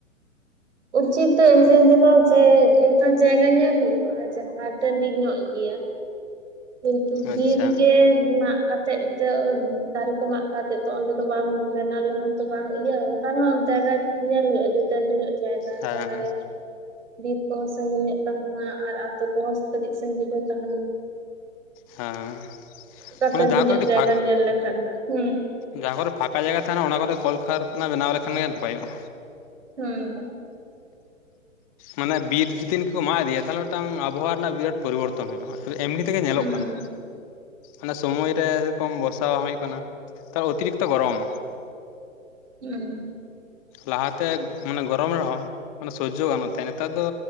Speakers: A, on the right; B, on the left.
A: ᱩᱪᱤᱛ ᱫᱚ ᱤᱧ ᱫᱩ ᱞᱮᱫᱟ ᱡᱮ ᱚᱱᱠᱟᱱ ᱡᱟᱭᱜᱟ ᱧᱮᱞ ᱦᱩᱭᱩᱜ-ᱟ᱾ ᱡᱟᱦᱟᱸ ᱴᱟᱺᱰᱤ ᱧᱚᱜ ᱜᱮᱭᱟ ᱠᱤᱱᱛᱩ ᱵᱤᱨ
B: ᱟᱪᱪᱷᱟ
A: ᱜᱮ ᱨᱮᱱᱟᱜ ᱠᱟᱛᱮᱫ ᱫᱚ ᱫᱟᱨᱮ ᱠᱚ ᱢᱟᱜ ᱠᱟᱛᱮ ᱛᱚ ᱚᱸᱰᱮ ᱫᱚ ᱵᱟᱝ ᱵᱮᱱᱟᱣ ᱞᱮᱠᱷᱟᱱ ᱛᱚ ᱵᱟᱝ ᱤᱭᱟᱹ ᱚᱱᱠᱟ ᱦᱚᱸ ᱡᱟᱭᱜᱟ ᱧᱮᱞ ᱦᱩᱭᱩᱜ-ᱟ ᱡᱮ ᱴᱟᱺᱰᱤ ᱧᱚᱜ ᱡᱟᱭᱜᱟ
B: ᱦᱮᱸ
A: ᱡᱟᱦᱟᱸᱨᱮ᱾ ᱵᱤᱨ ᱠᱚᱦᱚᱸ ᱥᱟᱺᱜᱤᱧ ᱧᱚᱜ ᱛᱟᱦᱮᱱ ᱢᱟ ᱟᱨ ᱟᱛᱳ ᱠᱚᱦᱚᱸ ᱠᱟᱹᱴᱤᱡ ᱥᱟᱺᱜᱤᱧ ᱨᱮ ᱛᱟᱦᱮᱱ᱾
B: ᱦᱮᱸ
A: ᱚᱱᱠᱟ
B: ᱢᱟᱱᱮ
A: ᱴᱺᱰᱤ
B: ᱡᱟᱦᱟᱸ ᱠᱚᱨᱮ
A: ᱧᱚᱜ
B: ᱟᱹᱰᱤ
A: ᱡᱟᱭᱜᱟ
B: ᱯᱷᱟᱸᱠ
A: ᱧᱮᱞ ᱞᱮᱠᱷᱟᱱ ᱦᱩ
B: ᱡᱟᱦᱟᱸ ᱠᱚᱨᱮ ᱯᱷᱟᱸᱠᱟ ᱡᱟᱭᱜᱟ ᱛᱟᱦᱮᱱᱟ ᱚᱱᱟ ᱠᱚᱨᱮ ᱠᱚᱞᱠᱟᱨᱠᱷᱟᱱᱟ ᱵᱮᱱᱟᱣ ᱞᱮᱠᱷᱟᱱ ᱜᱮ ᱱᱟᱯᱟᱭᱚᱜᱼᱟ᱾
A: ᱦᱩᱸ
B: ᱢᱟᱱᱮ ᱵᱤᱨ ᱡᱮᱫᱤᱱ ᱠᱚ ᱢᱟᱜ ᱤᱫᱤᱭᱟ ᱛᱟᱦᱚᱞᱮ ᱢᱤᱫᱴᱟᱝ ᱟᱵᱚᱦᱟᱣᱟ ᱨᱮᱱᱟᱜ ᱵᱤᱨᱟᱴ ᱯᱚᱨᱤᱵᱚᱨᱛᱚᱱ ᱦᱩᱭᱩᱜ-ᱟ ᱮᱢᱱᱤ ᱛᱮᱜᱮ ᱧᱮᱞᱚᱜ
A: ᱦᱩᱸ
B: ᱠᱟᱱᱟ᱾ ᱚᱱᱟ ᱥᱚᱢᱚᱭ ᱨᱮ ᱥᱮᱨᱚᱠᱚᱢ ᱵᱚᱨᱥᱟ ᱵᱟᱝ ᱦᱩᱭᱩᱜ ᱠᱟᱱᱟ ᱛᱟᱨ ᱚᱛᱤᱨᱤᱠᱛᱚ ᱜᱚᱨᱚᱢ᱾
A: ᱦᱮᱸ
B: ᱞᱟᱦᱟᱛᱮ ᱢᱟᱱᱮ ᱜᱚᱨᱚᱢ ᱨᱮᱦᱚᱸ ᱢᱟᱱᱮ ᱥᱚᱡᱡᱚ ᱜᱟᱱᱚᱜ ᱛᱟᱦᱮᱸᱜ ᱱᱮᱛᱟᱨ ᱫᱚ